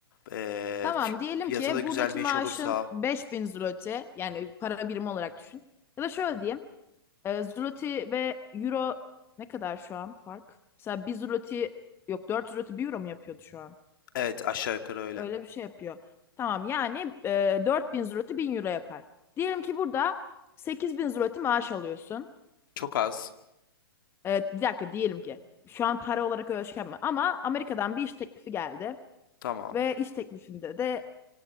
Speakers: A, on the left; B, on the left.
A: eee,
B: Tamam
A: fi-
B: diyelim
A: fiyatı
B: ki
A: da güzel
B: buradaki
A: bir
B: maaşın
A: iş olursa
B: beş bin zloty yani para birimi olarak düşün. Ya da şöyle diyeyim. E, zloty ve euro ne kadar şu an fark? Mesela bir zloty yok 4 zloty bir euro mu yapıyordu şu an?
A: evet aşağı yukarı öyle.
B: Öyle bir şey yapıyor. Tamam yani e, 4000 zloty 1000 euro yapar. Diyelim ki burada 8000 zloty maaş alıyorsun.
A: Çok az.
B: E, bir dakika diyelim ki şu an para olarak öyle şey yapma. Ama Amerika'dan bir iş teklifi geldi.
A: Tamam.
B: Ve iş teklifinde de